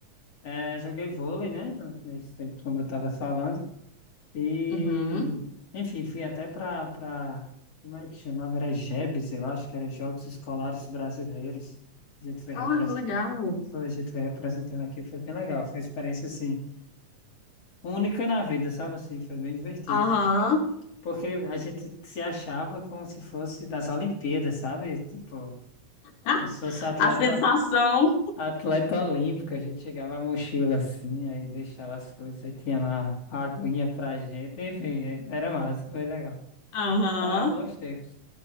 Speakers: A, on the left (about 50°); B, on the left (about 80°).
A: É, joguei vôlei, né? Nesse tempo, como eu tava falando. E,
B: Uhum.
A: enfim, fui até pra, pra... Como era que chamava? Era JEBs, eu acho que era Jogos Escolares Brasileiros. A gente foi representado.
B: Ah, que legal.
A: Hoje tu vai representando aqui, foi bem legal. Foi uma experiência assim, única na vida, sabe assim? Foi bem divertido.
B: Aham.
A: Porque a gente se achava como se fosse das Olimpíadas, sabe? Tipo,
B: Ah,
A: então se fosse atleta,
B: a sensação
A: atleta olímpico, a gente chegava a mochila assim, aí deixava as coisas, aí tinha lá a aguinha pra gente, enfim, é- era massa, foi legal.
B: Aham.
A: Ah, bons tempos.